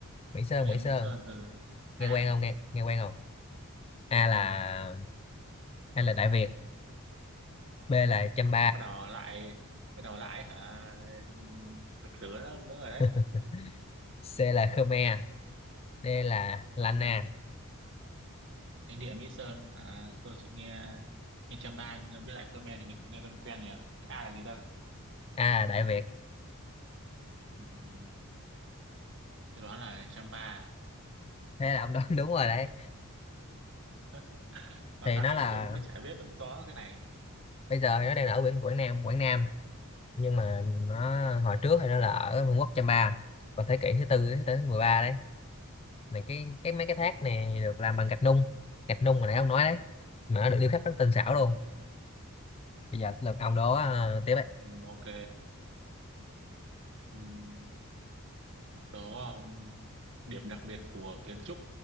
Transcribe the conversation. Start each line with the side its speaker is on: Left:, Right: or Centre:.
Left: mỹ sơn
Right: thánh địa
Left: mỹ
Right: Mỹ
Left: sơn
Right: Sơn ừ à
Left: nghe quen không nghe nghe quen không a là
Right: ừ.
Left: a là đại việt b là chăm
Right: bắt đầu lại bắt đầu lại hả ừ, lịch sử nữa, nữa rồi
Left: <laughs> C là Khmer, D là Lana,
Right: đấy Thánh địa Mỹ Sơn à, tôi chỉ nghe nghe Champa với lại Khmer thì nghe, nghe quen quen nhỉ A là gì ta
Left: A là Đại Việt.
Right: Ừm, tôi đoán là Champa à?
Left: Thế là ông đoán <laughs> đúng rồi đấy.
Right: <laughs> nó
Left: Thì
Right: đại
Left: nó là
Right: chứ tôi cũng chả biết rõ cái này
Left: bây giờ thì nó đang ở Quảng Quảng Nam, Quảng Nam nhưng mà nó hồi trước thì nó là ở Vương quốc Chăm Pa vào thế kỷ thứ tư thứ tới 13 đấy. này cái cái mấy cái thác nè thì được làm bằng gạch nung gạch nung mà nãy ông nói đấy mà nó được điêu khắc rất tinh xảo luôn
Right: Ừm,
Left: bây giờ lượt ông đó ờ, tiếp đấy
Right: ừm, ok Ừm, đó um, điểm đặc biệt của kiến trúc